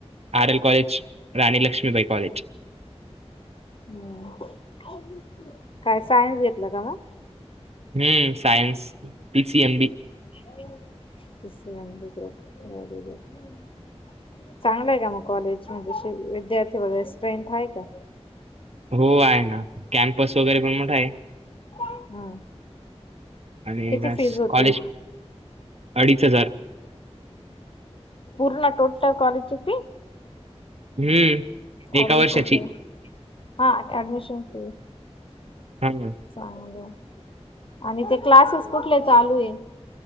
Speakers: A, on the right; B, on the left.
A: R L college Rani Laxmibai college.
B: ह काय सायन्स घेतला का मग.
A: हम्म सायन्स पी सी एम बी.
B: <unintelligible> चांगलंय का मग कॉलेज म्हणजे शी विद्यार्थी वगैरे स्ट्रेंथ हाय का.
A: हो आहे ना कॅम्पस वगैरे पण मोठा आहे.
B: हम्म.
A: आणि
B: किती फीज होती?
A: कॉलेज अडीच हजार.
B: पूर्ण टोटल कॉलेजची फी.
A: हम्म
B: ऍडमिशन
A: एका वर्षाची.
B: फी हा ऍडमिशन फी.
A: हम्म.
B: चांगलय, आणि ते क्लासेस कुठले चालू आहे.